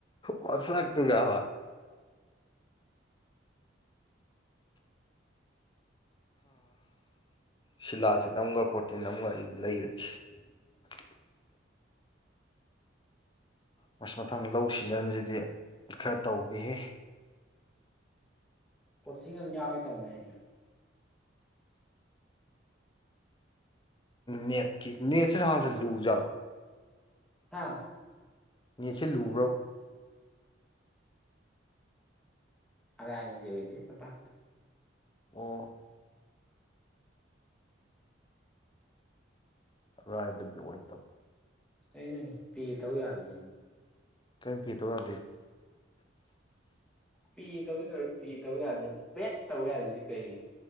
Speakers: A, on the left; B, in the centre.
A: ꯃꯁꯛꯇꯨꯒꯕ ꯁꯤꯂꯥꯁꯤꯠ ꯑꯃꯒ ꯄ꯭ꯔꯣꯇꯤꯟ ꯑꯃꯒ ꯑꯩ ꯂꯩꯔꯒꯦ <unintelligible> <inaudible> ꯃꯁ ꯃꯊꯪ ꯂꯧ ꯁꯤꯖꯟꯁꯤꯗꯤ ꯈꯔ ꯇꯧꯈꯤ
B: ꯀꯣꯆꯤꯡ ꯑꯃ ꯌꯥꯎꯋꯦ ꯇꯧꯅꯦ ꯑꯩꯁꯨꯦ
A: ꯅꯦꯠꯀꯤ ꯅꯦꯠꯁꯤ ꯍꯅꯁꯦ ꯂꯨꯖꯔꯣ
B: ꯍꯥ
A: ꯃꯤꯠꯁꯦ ꯂꯨꯕ꯭ꯔꯣ
B: ꯑꯔꯦ ꯍꯥꯏꯕꯗꯤ ꯑꯣꯏꯗꯤ ꯆꯄ
A: ꯑꯣ ꯔꯥꯏꯕ ꯑꯣꯏꯣꯏ ꯇꯄ
B: ꯑꯩꯅ ꯄꯤ ꯇꯧ ꯌꯥꯗꯅꯤ
A: ꯀꯩꯅꯄꯤꯤ ꯇꯋꯥꯗꯗꯤ
B: ꯄꯤ ꯇꯧꯁꯤ ꯇꯧꯔꯦ ꯄꯤ ꯇꯧ ꯌꯥꯗ꯭ꯔꯦ ꯄꯦꯠ ꯇꯧ ꯌꯥꯗꯁꯤ ꯀꯩꯒꯤꯅꯣ